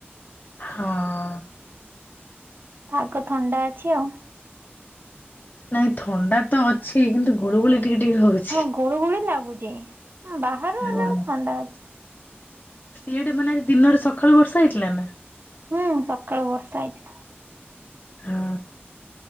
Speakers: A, on the left; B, on the right.
A: ହଁ,
B: ହଁ ଆଗ ଥଣ୍ଡା ଅଛି ଆଉ,
A: ନାଇଁ ଥଣ୍ଡା ତ ଅଛି କିନ୍ତୁ ଗୁଳୁ ଗୁଳି ଟିକେ-ଟିକେ ହଉଛି,
B: ହଁ ଗୁଡୁ ଗୁଳି ଲାଗୁଛି ହଁ ବାହର୍,
A: ହଁ,
B: ଅନ୍ଦାଜ୍,
A: ସି ଆଡ଼େ ମାନେ ଆଜି ଦିନରେ ସକାଳୁ ବର୍ଷ ହେଇଥିଲା ନା?
B: ହୁଁ ସକାଳୁ ବର୍ଷା ହେଇଥିଲା,
A: ହଁ